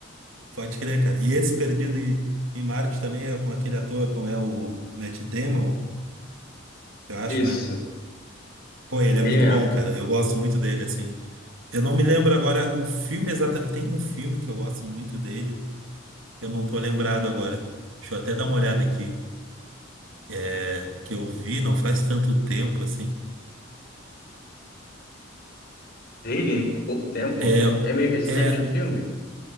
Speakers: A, on the right; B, on the left.
A: Pode crer, cara. E esse Perdido em, em Marte também é com aquele ator, como é o Matt Damon, eu acho,
B: Isso,
A: né? Pô, ele é muito
B: ele mesmo.
A: bom, cara. Eu gosto muito dele, assim. Eu não me lembro agora o filme exatamente. Tem um filme que eu gosto muito dele. Eu não tô lembrado agora. Deixa eu até dar uma olhada aqui. É, Que eu vi não faz tanto tempo, assim.
B: dele pouco tempo.
A: É,
B: É meio recente
A: é.
B: o filme?